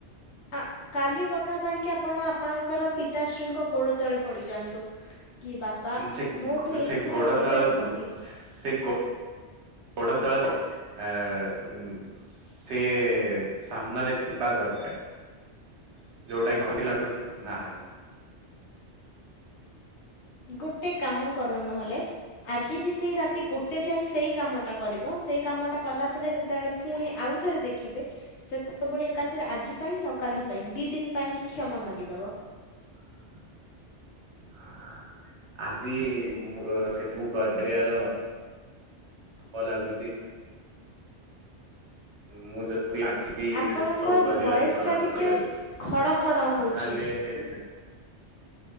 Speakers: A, on the left; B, on the right.
A: ଆ କାଲି କଥା ପାଇଁକି ଆପଣ ଆପଣଙ୍କର ପିତାଶ୍ରୀଙ୍କ ଗୋଡ଼ ତଳେ ପଡ଼ିଯାଆନ୍ତୁ। କି ବାପା
B: ସେ-ସେ-ଗୋଡ
A: ମୋଠୁ ଏଇ ଭୁଲ ଆଉ କେବେ
B: ତଳେ
A: ହବନି।
B: ପ ସେ ଗୋ ଗୋଡ ତଳେ ଆ-ସେ-ସାମ୍ନାରେ ଥିବା ଦରକାର। ଯୋଉଟା କି ପିଲାଠୁ ଶିଖୁନାହ
A: ଗୋଟେ କାମ କର, ନହେଲେ ଆଜି ବି ସେଇ ରାତି ଗୋଟେ ଯାଏ ସେଇ କାମଟା କରିବ, ସେଇ କାମଟା କଲା ପରେ, ଯେତେବେଳେ ପୁଣି ଆଉ ଉଥରେ ଦେଖିବେ, ସେତେବେଳେ ଏକାଥରେ ଆଜି ପାଇଁ, ଆଉ କାଲି ପାଇଁ, ଦି ଦିନ ପାଇଁ କି କ୍ଷମା ମାଗିଦବ।
B: <inaudible> ଆଜି ସେସବୁ କରି ପାରିବାର ଭ ଲାଗୁଛି ମୁଁ ଯଦି ଆଜି
A: ଆପଣଙ୍କର
B: ସେ ସବୁ କରିବାରେ
A: ଭଏସଟା
B: ଧରା
A: ଟିକେ
B: ପଡିଗଲି,
A: ଖଡ଼ ଖଡ଼
B: ତାହେଲେ
A: <inaudible>
B: <inaudible>